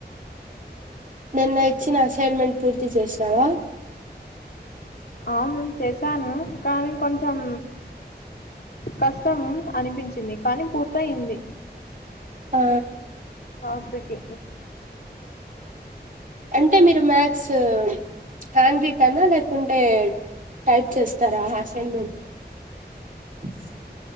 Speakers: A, on the right; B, on the left.
A: నిన్న ఇచ్చిన అసైన్మెంట్ పూర్తి చేసావా
B: అవును చేశాను కానీ కొంచెం కష్టం అనిపించింది కానీ పూర్తయింది
A: ఆ
B: వస్తకి
A: అంటే మీరు మ్యాక్స్ హ్యాండ్ రీటర్నా లేకుంటే టైప్ చేస్త తరాహషెన్ <unintelligible>